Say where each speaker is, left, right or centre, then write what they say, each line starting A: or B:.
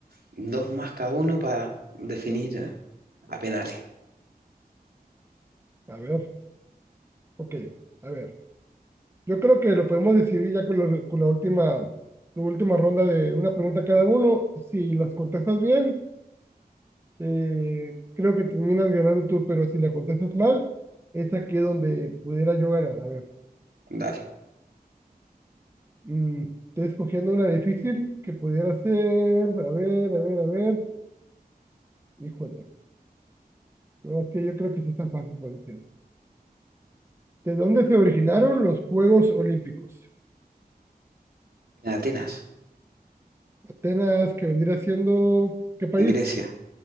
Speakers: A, on the right (about 75°); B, on the right (about 15°).
A: dos más cada uno para definir eh, a penales.
B: <laughs> A ver, ok, a ver. Yo creo que lo podemos decidir ya con, los- con la última, la última ronda de una pregunta cada uno. Si las contestas bien, eh, creo que terminas ganando tú, pero si la contestas mal, es aquí donde pudiera yo ganar. A ver,
A: Dale.
B: mm, estoy escogiendo una difícil que pudiera ser. A ver, a ver, a ver. Híjole, no, es que yo creo que sí está fácil por hacer. ¿De dónde se originaron los Juegos Olímpicos?
A: En Atenas,
B: Atenas, que vendría siendo, ¿qué país?
A: Grecia,